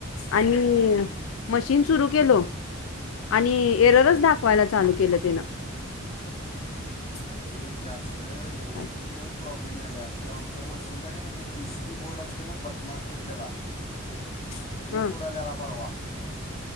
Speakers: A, on the left; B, on the left.
A: आणि मशीन सुरूं केलं. आणि एररत्चं दाखंवायला चालूं केलं त्यानं.
B: अरे ते असं हे व्होल्टेज
A: काय
B: मंच प्रॉब्लेम आले ते आमच्या मशीनचागे नाहीं ते. पी सी बी बोर्ड असते वं बटनां असते त्यांला.
A: <unintelligible>
B: तवसं
A: ह
B: उडाल्यांला उद्यां पर्वा.